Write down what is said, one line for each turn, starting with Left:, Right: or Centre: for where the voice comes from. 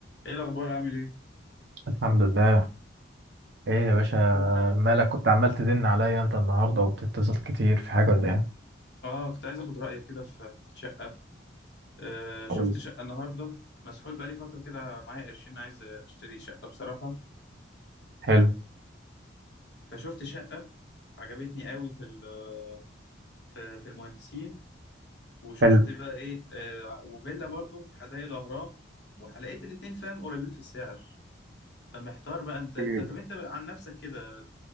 Left: ايه الاخبار عامل ايه
Right: الحمد لله ايه يا
Left: انا
Right: باشا
Left: كنت بقول
Right: مالك كنت عمال تزن عليا انت النهارده وبتتصل كتير في حاجه ولا ايه
Left: اه كنت عايز اخد رايك كده في في شقه آه شفت
Right: قول
Left: شقه النهارده مسحول بقالي فتره كده معايا قرشين عايز اشتري شقه بصراحه
Right: حلو
Left: فشفت شقه عجبتني قوي في ال- في في المهندسين وشفت
Right: حلو
Left: بقى ايه آه وفيلا برضو في حدائق الاهرام ولقيت الاتنين فاهم قريبين في السعر فمحتار بقى انت انت
Right: إيه؟
Left: طب انت عن نفسك كده